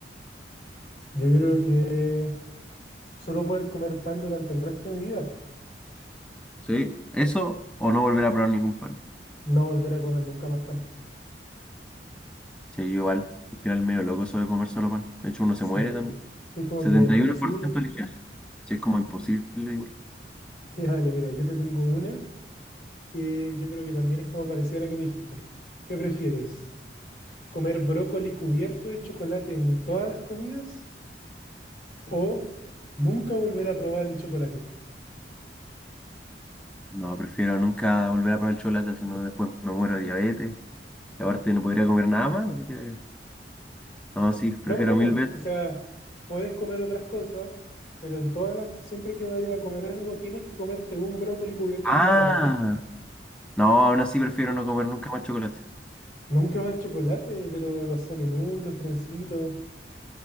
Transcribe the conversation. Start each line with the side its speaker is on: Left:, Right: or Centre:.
Left: Yo creo que solo poder comer pan durante el resto de mi vida.
Centre: ¿Sí? ¿Eso o no volver a probar ningún pan?
Left: No volver a comer nunca más pan.
Centre: Sí, yo igual, al final medio loco eso de comer solo pan. De hecho, uno se
Left: Sí,
Centre: muere también.
Left: sí, es como
Centre: 71%
Left: que imposible. <laughs>
Centre: ligero. Sí, es como imposible igual.
Left: Ya, dale, mira, yo te tengo una que yo creo que también es como parecida a la que me dijiste. ¿Qué prefieres? ¿Comer brócoli cubierto de chocolate en todas las comidas? ¿O nunca volver a probar el chocolate?
Centre: No, prefiero nunca volver a probar el chocolate, si no después me muero de diabetes. Y aparte no podría comer nada más, así que... No, sí, prefiero
Left: No, pues no, pues.
Centre: mil veces.
Left: O sea, puedes comer otras cosas, pero en todas las, siempre que vayas a comer algo, tienes que comerte un brócoli cubierto
Centre: Ah,
Left: de chocolate.
Centre: no, aún así prefiero no comer nunca más chocolate.
Left: Nunca más chocolate, pero los sanenú, los trencitos.